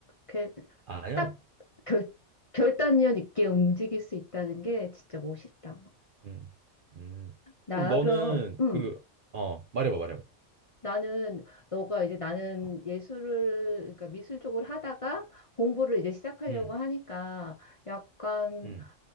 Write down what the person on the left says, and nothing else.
그,
딱 결, 결단력 있게 움직일 수 있다는 게 진짜 멋있다.
나,
그럼, 음,
나는, 너가 이제 나는
예술을, 그러니까 미술 쪽을 하다가 공부를 이제 시작하려고
하니까 약간,